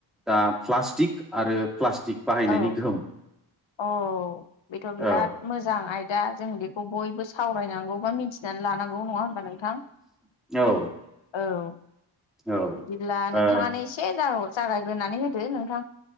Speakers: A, in the centre; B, on the left.
A: दा प्लास्टिक आरो प्लास्टिक बाहायनायनि
B: औ
A: गोहोम
B: औ बेथ' बिराद
A: औ
B: मोजां आयदा जों बेखौ बयबो सावरायनांगौ बा मिथि नानै लानांगौ नङा होमबा नोंथां
A: औ
B: औ
A: औ
B: बिदिब्ला नोंथाङानो
A: ओ
B: एसे जव जागायग्रोनानै होदो नोंथां